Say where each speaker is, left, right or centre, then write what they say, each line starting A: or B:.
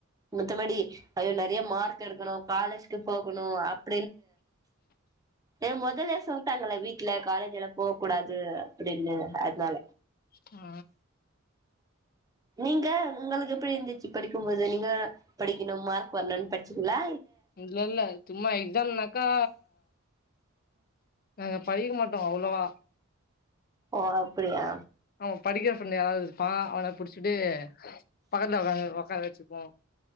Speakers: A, on the right; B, on the left.
A: மத்தபடி அயோ நெறைய மார்க் எடுக்கணு காலேஜ்க்கு போகணும் அப் ஏ மொதல்ல சொல்லிட்டாங்கள வீட்டுல காலேஜ் எல்லாம் போக கூடாது அப்டின்னு அதனால
B: அ
A: நீங்க உங்களுக்கு எப்டி இருந்துச்சு படிக்கும் போது நீங்க படிக்கணு மார்க் வாங்ணுனு படிச்சிங்களா
B: இல்ல இல்ல சும்மா எக்ஸாம் நாக்கா ஹ படிக்க மாட்டோ அவ்ளவா
A: ஓ அப்படியா
B: ஆ படிக்கிற பிரண்ட் யாராவது இருப்பான் அவன புடிச்சு <unintelligible> பக்கத்துலவுகந்து உக்காறவெ ச்சிப்பா